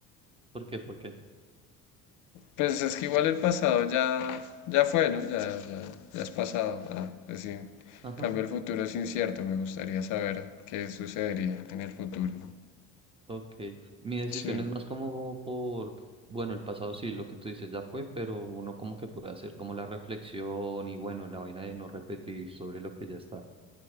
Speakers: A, on the right; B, on the left.
A: ¿Por qué? ¿Por qué?
B: Pues es que igual el pasado ya, ya fue, ¿no? Ya, ya, ya es pasado. Ah, pues sí. En
A: Ajá,
B: Cambio el futuro es incierto. Me gustaría saber qué sucedería en el futuro.
A: ok. Mi decisión
B: Sí,
A: es más como por, bueno, el pasado sí, lo que tú dices ya fue, pero uno como que puede hacer como la reflexión y bueno, la vaina de no repetir sobre lo que ya está.